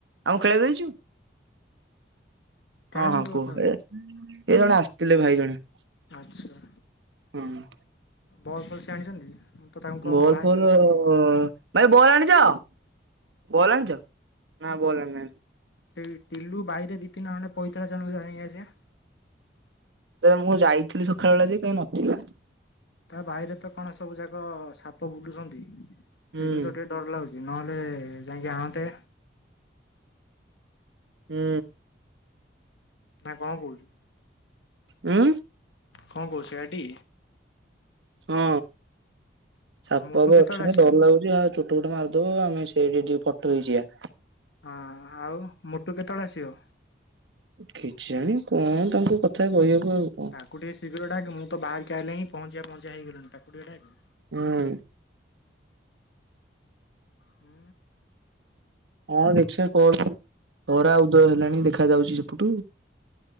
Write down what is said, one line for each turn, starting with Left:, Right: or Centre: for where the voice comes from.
Right: ଆଉ ଖେଳବାକୁ ଯାଇଚୁ?
Left: କାହା
Right: ହଁ
Left: ସହିତ
Right: ହଁ କୁହ
Left: କଥା ହଉଛୁ?
Right: ଏ ଜଣେ ଆସିଥିଲେ ଭାଇ ଜଣେ।
Left: ଆଚ୍ଛା।
Right: ହଁ।
Left: ବଲ ଫଲ ସେ ଆଣିଛନ୍ତି। ତ ତାଙ୍କୁ କହ
Right: ବଲଫଲ
Left: ମୁଁ ବାହାରିକି ଆଉଛି ବୋଲି।
Right: ଅ ଭାଇ ବଲ୍ ଆଣିଛ ବଲ୍ ଆଣିଛ ନା ବଲ୍ ଆଣିନାହାନ୍ତି।
Left: ସେଇ ଟିଲୁ ବାଇରେ ଦି ତିିନି ଖଣ୍ଡେ ପଇତା ଅଛି ଯାଉନୁ ଆଣିକିଆସିବା।
Right: ହେ ମୁଁ ଯାଇଥିଲି ସଖାଳବେଳା ଯେ କାଇଁ ନଥିଲା।
Left: ତା ବାଇରେ ତ କଣ ସବୁ ଯାକ ସାପ ବୁଲୁଛନ୍ତି ସେଇଠୁ
Right: ହୁଁ
Left: ତ ଟିକେ ଡର ଲାଗୁଛି। ନହେଲେ ଯାଇକି ଆଣନ୍ତେ।
Right: ହୁଁ।
Left: ନା କଣ କହୁଛୁ?
Right: ଉଁ।
Left: କଣ କହୁଛୁ ସେଇଆଟି?
Right: ହଁ ସାପ
Left: ଆଉ ମୋଟୁ
Right: ଫାପ
Left: କେତେବେଳେ
Right: ଅଛନ୍ତି
Left: ଆସିବ?
Right: ଡର ଲାଗୁଛି ଆଉ ଚୋ ଚୋଟ ଫୋଟ ମାରୁଥିବ ଆମେ ସେଇଠିି ଠିଆ ଫଟୋ ହେଇଯିବା।
Left: ହଁ ଆଉ ମୋଟୁ କେତେବେଳେ ଆସିବ?
Right: କିଛି ନାଇଁ କଣ ତାଙ୍କ କଥା କହିବୁ ଆଉ
Left: ତାକୁ ଟିକେ ଶିଘ୍ର ଡାକେ ମୁଁ ତ ବାହାରିକି ଆଇଲିଣି ପହଞ୍ଚିବା ପହଞ୍ଚିବା ହେଇଗଲିଣି ତାକୁ ଟିକେ ଡାକେ।
Right: ହୁଁ।
Left: ହୁଁ।
Right: ହଁ ଦେଖିବା କଣ ତରା ଉଦୟ ହେଲାଣି ଦେଖା ଯାଉଛି ସେପଟୁ